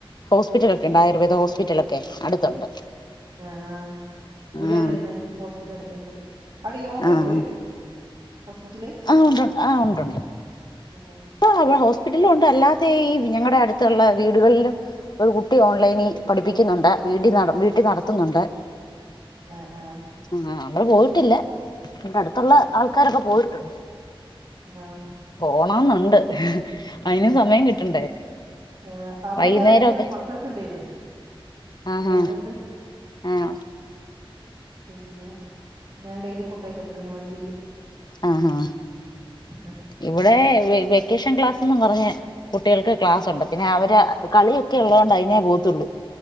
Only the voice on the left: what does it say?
ഹോസ്പിറ്റലൊക്കെ ഉണ്ട് ആയുർവേദ ഹോസ്പിറ്റലൊക്കെ അടുത്തുണ്ട്
ആഹ്
ആഹ്
അഹ് ഉണ്ട് ആ ഉണ്ട്
ണ്ട് ആ ടെ ഹോസ്പിറ്റലും ഉണ്ട് അല്ലാതെ ഈ ഞങ്ങളുടെ അടുത്തുള്ള വീടുകളിലും ഒരു കുട്ടി ഓൺലൈനി പഠിപ്പിക്കുന്നുണ്ട് വീട്ടി നട വീട്ടിൽ നടത്തുന്നുണ്ട്
മ്മ് നമ്മള് പോയിട്ടില്ല ഇവിടെ അടുത്തുള്ള ആൾക്കാരൊക്കെ പോയിട്ടുണ്ട്
പോണന്നുണ്ട് അതിന്
സമയം കിട്ടണ്ടേ
വൈകുന്നേരൊക്കെ
ആഹാ
ആഹ്
ആ ഹാ
ഇവിടെ വെക്കേഷൻ ക്ലാസ്ന്ന് പറഞ്ഞ കുട്ടികൾക്ക് ക്ലാസുണ്ട് പിന്നെ അവര് കളിയൊക്കെ ഉള്ളോ ണ്ട് അതിനെ പോകത്തുള്ളു